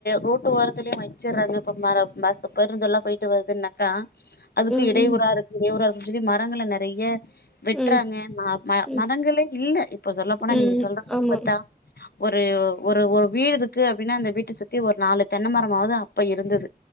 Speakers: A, on the left; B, in the centre.
A: ரோட்டு ஓரத்திலேயே வைக் வச்சிறாங்க இப்ப மர பஸ் பேருந்தெல்லா போயிட்டு வருதுன்னாக்கா அதுக்கு
B: ம்
A: இடையூறா
B: ம்
A: இருக்கு இடையூற இருக்குனு சொல்லி மரங்கள நெறய வெட்றாங்க
B: ம்
A: மா ம
B: ம்
A: மரங்களே இல்ல இப்ப சொல்ல போனா
B: ம்
A: நீங்க சொல்ற மாரி
B: ஆமா
A: பாத்தா ஒரு ஒரு ஒ வீடு இருக்கு அப்படின்னா அந்த வீட்ட சுத்தி ஒரு நாலு தென்னைமரமாவது அப்ப இருந்தது